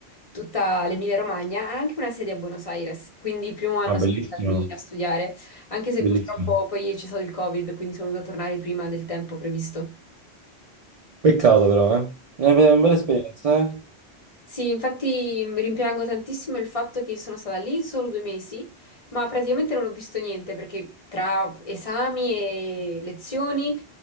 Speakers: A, on the left (about 35°); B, on the right (about 60°).
A: tutta l'Emilia-Romagna, ha anche una sede a Buenos Aires. Quindi il primo anno
B: Ah, bellissimo,
A: sono stata lì a studiare, anche se
B: bellissimo.
A: purtroppo poi c'è stato il Covid, quindi sono dovuta tornare prima del tempo previsto.
B: Peccato però, eh. È una be- una bella esperienza, eh.
A: Sì, infatti mh, rimpiango tantissimo il fatto che sono stata lì solo due mesi, ma praticamente non ho visto niente perché tra esami e lezioni,